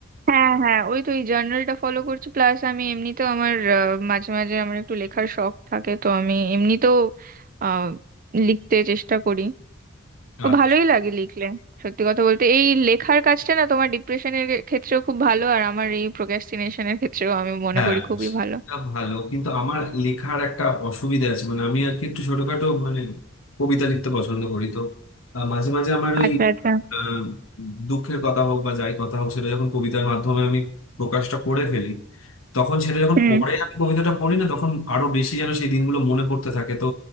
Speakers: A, on the right; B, on the left.
A: হ্যাঁ হ্যাঁ ওই তো এই জার্নালটা ফলো করছি প্লাস আমি এমনিতেও আমার আহ, মাঝে মাঝে আমার একটু লেখার শখ থাকে তো আমি এমনিতেও আহ, লিখতে চেষ্টা করি
B: না
A: ও ভালোই লাগে লিখলে সত্যি কথা বলতে এই লেখার কাজটা না তোমার ডিপ্রেশনের ক্ষেত্রেও খুব ভালো আর আমার এই প্রোক্রাস্টিনেশনের ক্ষেত্রেও আমি মনে
B: হ্যাঁ
A: করি খুবই
B: সেটা
A: ভালো
B: ভালো কিন্তু আমার লেখার একটা অসুবিধা আছে মানে আমি আর কি একটু ছোটখাটো মানে কবিতা লিখতে পছন্দ করি তো আহ, মাঝে মাঝে আমার ওই
A: আচ্ছা আচ্ছা
B: আহ, দুঃখের কথা হোক বা যাই কথা হোক সেটা যখন কবিতার মাধ্যমে আমি প্রকাশটা করে ফেলি তখন সেটা যখন
A: হুম
B: পরে আমি কবিতাটা পড়ি না তখন আরো বেশি যেন সেই দিনগুলো মনে পড়তে থাকে তো